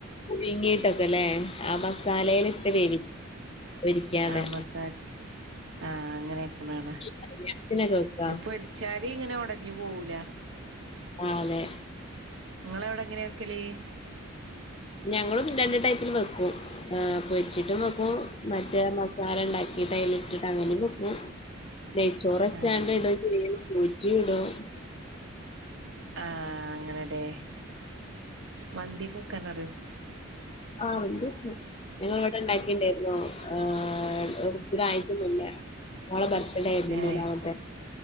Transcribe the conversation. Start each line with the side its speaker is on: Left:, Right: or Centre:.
Left: പുയ്ങ്ങീട്ടൊക്കല്ലേ ആ മസാലയിലിട്ട് വേവി പൊരിക്കാതെ.
Right: ആ മസാജ് ആ അങ്ങനെവെക്ക്ണ കാണാ
Left: കല്യാണത്തിനൊക്കെ വെക്കാ?
Right: പൊരിച്ചാ ഇതിങ്ങനെ ഒടഞ്ഞ് പോവൂല
Left: ആ ലെ
Right: ഇങ്ങളെവടെ എങ്ങനെ വെക്കല്?
Left: ഞങ്ങളും രണ്ട് ടൈപ്പില് അ് വെക്കും പൊരിച്ചിട്ടും വെക്കും മറ്റേ മസാലണ്ടാക്കിട്ട് അയിലിട്ടിട്ട് അങ്ങനീം വെക്കും. നെയ്ച്ചോറച്ചാണ്ട്ടൂം
Right: ആഹ്
Left: ചിയ്യും ഞ്ചീ ടും
Right: ആ അങ്ങനെലെ മന്ത്യോനക്കെ വെക്കാനറിയോ?
Left: ആ മന്തി വെക്കും. ഞങ്ങളവടെ ണ്ടാക്കീണ്ടായിരുന്നു. ആ ആ ഒരാഴ്ച്ച മുന്നേ മോളെ ബർത് ടെര്ന്നു
Right: ഏഹ്
Left: മൂന്നാമത്തെ